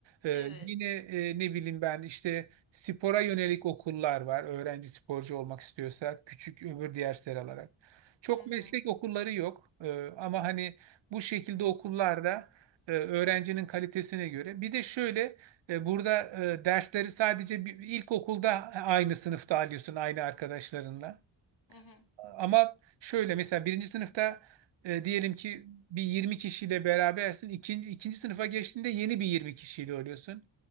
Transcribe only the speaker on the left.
evet.
Hı hı,
hı hı.